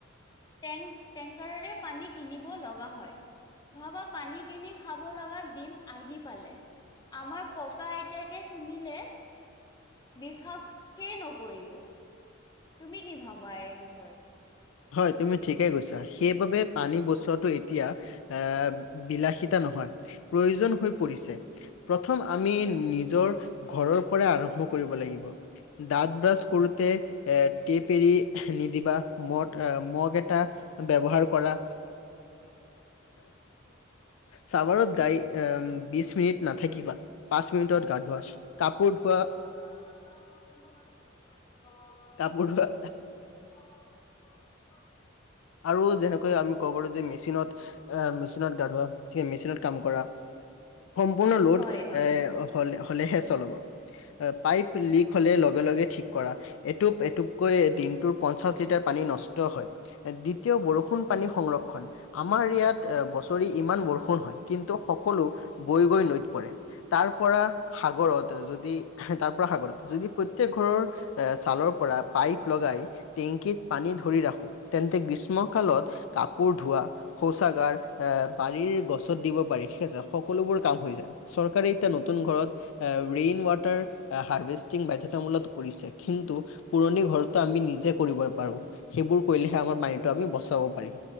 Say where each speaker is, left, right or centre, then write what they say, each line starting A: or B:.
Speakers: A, on the left; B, on the left.
A: টেং টেংকাৰৰে পানী কিনিব লগা হয় ভাবা পানী কিনি খাব লগা দিন আহি পালে আমাৰ ককা আইতাকে শুনিলে বিশ্বাসেই নকৰিব তুমি কি ভাবা এই বিষয়ত
B: হয় তুমি ঠিকে কৈছা সেইবাবে পানী বচোৱাটো এতিয়া আহ বিলাসিতা নহয় প্ৰয়োজন হৈ পৰিছে প্ৰথম আমি নিজৰ ঘৰৰ পৰাই আৰম্ভ কৰিব লাগিব দাঁত ব্ৰাছ কৰোতে এ টেপ এৰি নিদিবা মদ আ মগ এটা ব্যৱহাৰ কৰা। চাবাৰত গাই বিশ মিনিট নাথাকিবা। পাঁচ মিনিটত গা ধোৱা, কাপোৰ ধোৱা
A: <inaudible>
B: কাপোৰ ধোৱা
A: <inaudible>
B: আৰু যেনেকৈ আমি ক'ব পাৰো যে মেচিনত আ মেচিনত গা ধোৱা, মেচিনত কাম কৰা সম্পূৰ্ণ লোড
A: হয় হয়।
B: এ হ'ল হ'লে হে ছল হ'ব। অ পাইপ লিক হ'লে লগে লগে ঠিক কৰা। এটুপ এটুপকৈ দিনটোৰ পঞ্চাশ লিটাৰ পানী নষ্ট হয়। এ দ্বিতীয় বৰষুণ পানী সংৰক্ষণ। আমাৰ ইয়াত এ বছৰি ইমান বৰষুণ হয়, কিন্তু সকলো বৈ গৈ নৈত পৰে। তাৰপৰা সাগৰত যদি তাৰপৰা সাগৰত যদি প্ৰত্যেক ঘৰৰ এহ ছালৰ পৰা পাইপ লগাই টেংকিত পানী ধৰি ৰাখো তেন্তে গ্ৰীষ্মকালত কাপোৰ ধোৱা শৌচাগাৰ, এ বাৰীৰ গছত দিব পাৰি ঠিক আছে সকলোবোৰ কাম হৈ যায়। চৰকাৰে এতিয়া নতুন ঘৰত আহ ৰেইন ৱাটাৰ হাৰ্ভেষ্টিং বাধ্যতামূলত কৰিছে, কিন্তু পুৰণি ঘৰতটো আমি নিজে কৰিব পাৰো, সেইবোৰ কৰিলেহে আমাৰ পানীটো আমি বচাবো পাৰিম।